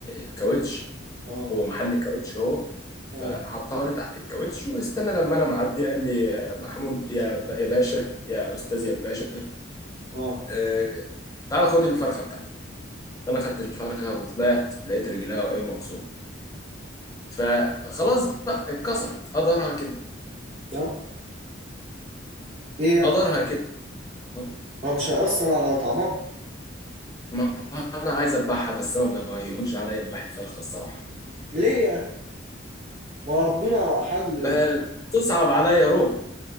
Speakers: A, on the left; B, on the right.
A: الكاوتش
B: اه
A: هو محل كاوتش هو فحطها
B: اه
A: لي تحت الكاوتش واستنى لما انا معدي قال لي يا محمود يا يا باشا يا استاذ يا باشا
B: اه
A: آه، تعالى خد الفرخه بتاعتك فانا خدت الفرخه وطلعت لقيت رجلها ايه مكسوره فخلاص بقى اتكسرت قدرها كده
B: اه ايه يعني
A: قدرها كده أهو.
B: ما مش هيأثر على طعمها
A: ما هو انا عايز اذبحها بس انا ما بيهونش عليا اذبح الفرخه الصراحه
B: ليه يا اخي ما ربنا احل
A: بتصعب
B: ال...
A: عليا روح